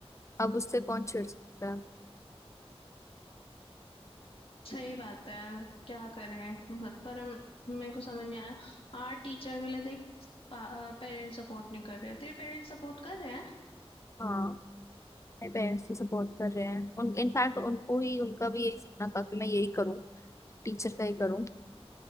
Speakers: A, on the left; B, on the left.
A: अब उससे कौन छेड़ सकता है
B: सही बात है क्या करें ब- पर हम- मेरे को समझ नहीं आया आर्ट टीचर के लिए देख पेरेंट्स सपोर्ट नहीं कर रहे तेरे पेरेंट्स सपोर्ट कर रहे हैं
A: हाँ मेरे पेरेंट्स तो सपोर्ट कर रहे हैं उन इनफैक्ट उनको ही उनका भी यही सपना था कि मैं यही करूँ टीचर का ही करूँ